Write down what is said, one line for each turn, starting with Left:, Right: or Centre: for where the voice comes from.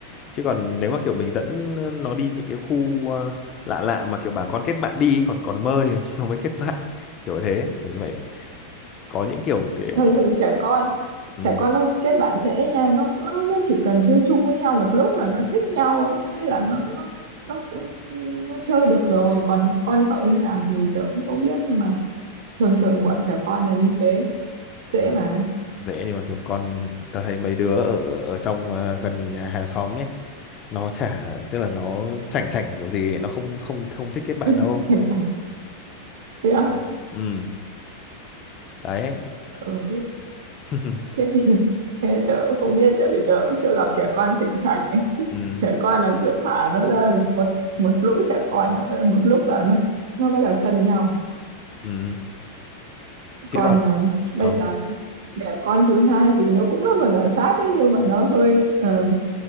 Left: chứ còn nếu mà kiểu mình dẫn nó đi những cái khu à, lạ lạ mà kiểu bà con kết bạn đi ấy, còn còn mơ thì <laughs> nó mới kết bạn kiểu thế mình phải có những kiểu kiểu
Right: thường thường trẻ con
Left: ừ,
Right: trẻ con nó kết bạn dễ nha nó nó nó chỉ cần chơi chung với nhau một lúc là nó thích nhau á, thế là nó nó nó, nó chơi được rồi còn con cậu như nào thì tớ cũng không biết nhưng mà thường thường bọn trẻ con là như thế dễ
Left: ừ.
Right: mà
Left: dễ nhưng mà kiểu con tao thấy mấy đứa ở ở trong ờ, gần nhà hàng xóm ấy nó chả tức là nó chảnh chảnh kiểu gì ấy, nó không không không thích kết bạn
Right: <laughs>
Left: đâu
Right: sành sạch thế
Left: ừ
Right: á
Left: Ừ, đấy
Right: ừ, thế,
Left: <laughs>
Right: thế thì thế tớ cũng không biết tại vì tớ cũng chưa gặp trẻ con sành sạch ấy.
Left: ừ
Right: trẻ con là cứ thả nó ra một một lũ trẻ con nữa một lúc là nó nó bắt đầu thân nhau
Left: ừ chứ
Right: Còn,
Left: còn
Right: ờ, bây
Left: ờ
Right: giờ đẻ con thứ hai thì nó cũng là một giải pháp đấy, nhưng mà nó hơi, ờ,